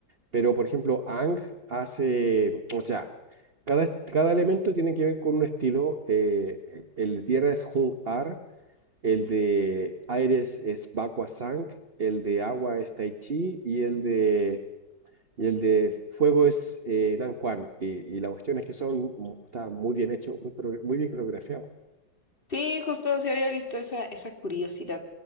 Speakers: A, on the right (about 40°); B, on the left (about 25°).
A: pero por ejemplo, Ang hace, o sea, cada, est- cada elemento tiene que ver con un estilo. eh, el el de tierra es Hung Ar, el de aire es, es Bakwa Sang, el de agua es Tai Chi y el de... Y el de fuego es eh, Dan Kwan. Y, y la cuestión es que son, está muy bien hecho, muy, pro- muy bien coreografiado.
B: Sí, justo sí había visto esa, esa curiosidad,